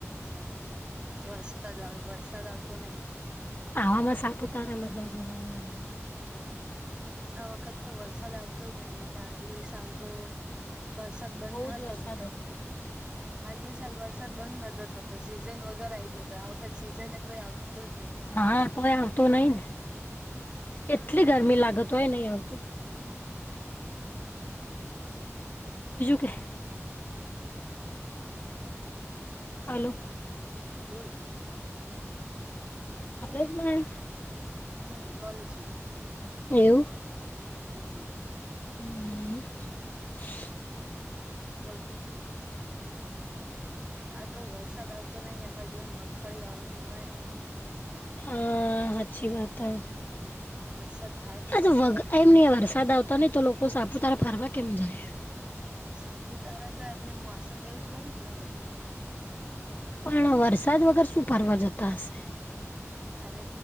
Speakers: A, on the right; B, on the left.
A: સે, વરસાદવાળું વરસાદ આવતો નઈ
B: આવામાં સાપુતારા મજા જવાની આવે.
A: આ વખત તો વરસાદ આવતો જ નહી, ને તે આગલી સાલ તો વરસાદ બંધ
B: બહુ જ
A: થતો
B: વરસાદ
A: નતો.
B: હતો
A: આગલી સાલ વરસાદ બંધ નતો થતો સીઝન વગર આવી ગયો હતો, આ વખત સીઝન એ તો એ આવતો જ નઈ.
B: હા તોય આવતો નઈ ને, કેટલી ગરમી લાગે તોય નઈ આવતું. બીજું કે અલો
A: બોલ
B: કોલેજમાં હે?
A: હમ્મ, કોલેજમાં.
B: એવુ.
A: હમ્મ
B: <unintelligible>
A: બોલ આ કઉ વરસાદ આવતો નઈ, અમાર જેવા ને મગફળી વાવાની હોય.
B: હા હાચી વાત હ.
A: વરસાદ થાય તો
B: આતો
A: કક
B: વગ, એમ ની વરસાદ આવતો નહિ, તો લોકો સાપુતારા ફરવા કેમ જાય.
A: સાપુતારા તો એમને મોસમ એવુંજ હોય ને ત્યાં તો.
B: પણ વરસાદ વગર શું ફરવા જતા હશે?
A: અરે!